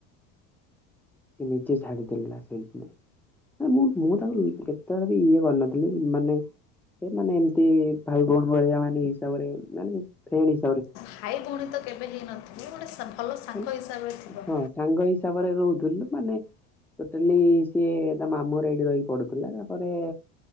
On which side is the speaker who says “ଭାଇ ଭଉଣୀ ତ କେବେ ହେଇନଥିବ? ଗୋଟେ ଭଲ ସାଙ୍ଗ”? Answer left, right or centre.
Left